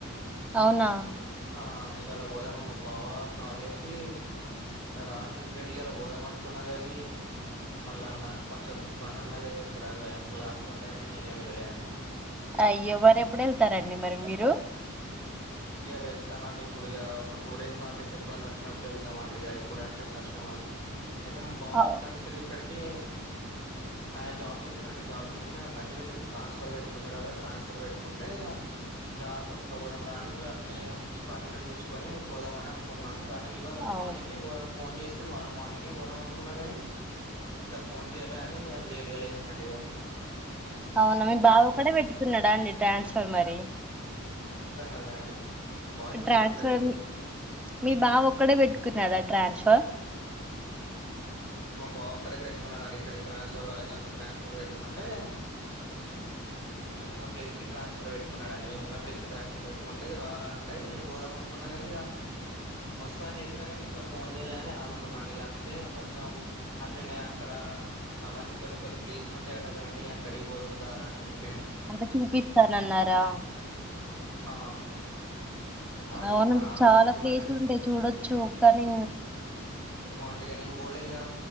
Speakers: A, in the centre; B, on the left.
A: అవునా
B: ఆ ఇవాళ ఓదామ బావ కాల్ చేసి రా అని చెప్పిండి ఇలా పోదాం అనుకున్నా గాని మళ్ళా నాకు కొంచెం పని ఉండగా ఇక్కడ క్లాసులు ఉండయని నేనే వెళ్ళలే అని
A: అయ్య మరి ఎప్పుడు వెళ్తారండి మరి మీరు
B: ఇక వెళ్తామండి ఇప్పుడు ఇక ఒక టూ డేస్ హాలిడేస్ ఎప్పుడనా వచ్చినప్పుడు వెళ్తామండి ఇగ ఇప్పుడుంటే కష్టం అండి అయితే మా బావా
A: అవు
B: అక్కానుంచేలి ఇక్కడికి ఆయన జాబ్ చేస్తండి జాబ్ చేస్తే అక్కడ్నుంచి ఇక్కడికి ట్రాన్స్ఫర్ పెట్టుకున్నాడట ట్రాన్స్ఫర్ పెట్టుకుంటే గా పట్టుకోపోదాం ర అని ఇట్లనే ఈ పని కూడా చూసుకొని పోదామ అని అను కున్నాం కానీ ఇవాళ
A: అవును
B: మార్నింగే పోదాం ఫోన్ చేస్తే మార్నింగే పోదాం అనుకున్నా కాని ఇంకా ఫోన్ చేయలే అని ఇగ లేట్ గా లేసిన అండీ ఇగ
A: అవునా మీ బావ ఒక్కడే పెట్టుకున్నాడా అండి ట్రాన్స్ఫర్ మరీ
B: అర్ధం కాలే అండి వాయిస్
A: ట్రాన్స్ఫర్
B: స్ట్రక్ అవుతుందండి
A: మీ మీ బావ ఒక్కడే పెట్టుకున్నడ ట్రాన్స్ఫర్
B: ఆ మా బావ ఒక్కడే పెట్టుకున్నాడండి ఇక్కడికి ట్రాన్స్ఫర్ వరంగల్కి ట్రాన్స్ఫర్ పెట్టుకుంటే మేము ఉన్న ప్లేస్ కి ట్రాన్స్ఫర్ పెట్టుకున్నాడంది మేము ఉన్న ప్లేస్ కి ట్రాన్స్ఫర్ పెట్టుకుంటే రారా అంటే నేను పోదాం అనుకున్న న్నా కాని ఇక వస్తా అని చెప్పిన కాని ఇంకా ఫోన్ చేయలే అని ఆగు తునండి అందుకే కొంచెం అట్లనే అక్కడ అవన్నీ కొన్ని కొన్ని ప్లేసులు ఉంటాయి అట కదా అండి అక్కడి పోదాం రారా అని చెప్పి
A: అంత చూపిస్తాననరా
B: ఆ ఆగుదాం
A: అవునండి
B: ఆగుదాం
A: చాలా
B: అనుకున్నా
A: ప్లేసులు
B: గాని
A: ఉంటాయి చూడొచ్చు కానీ
B: ఏమో అండి నేన్ బోలేగా